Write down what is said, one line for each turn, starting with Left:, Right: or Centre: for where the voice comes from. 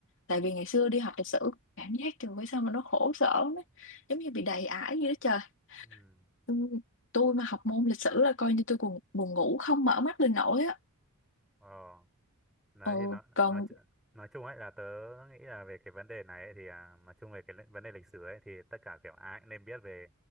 Left: Tại vì ngày xưa đi học lịch sử cảm giác trời ơi sao mà nó khổ sở lắm giống như bị đầy ải vậy đó trời.
Centre: ừ.
Left: Ừ, Tôi mà học môn lịch sử là coi như tôi buồn buồn ngủ không mở mắt lên nổi á.
Centre: ờ. Đấy
Left: Ừ
Centre: thì nó
Left: còn
Centre: nói chu- nói chung ấy là tớ nghĩ là về cái vấn đề này ấy, thì à, nói chung về cái lĩ- vấn đề lịch sử ấy thì tất cả kiểu ai cũng nên biết về